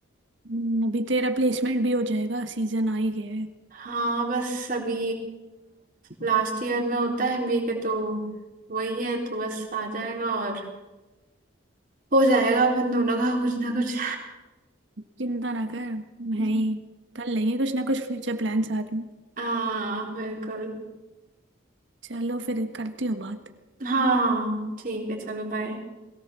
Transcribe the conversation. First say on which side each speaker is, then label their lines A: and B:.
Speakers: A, on the right; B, on the right.
A: हम्म, अभी तेरा प्लेसमेंट भी हो जाएगा सीजन आ ही गया है
B: हाँ बस अभी लास्ट ईयर में होता है एमबीए के तो वही है तो बस आ जाएगा और हो जाएगा अपन दोनों का कुछ ना कुछ
A: चिंता ना कर मैं
B: <laughs>
A: ही कर लेंगे कुछ ना कुछ फ्यूचर प्लान साथ में
B: हाँ बिल्कुल
A: चलो फिर करती हूँ बात
B: हाँ ठीक है चलो बाय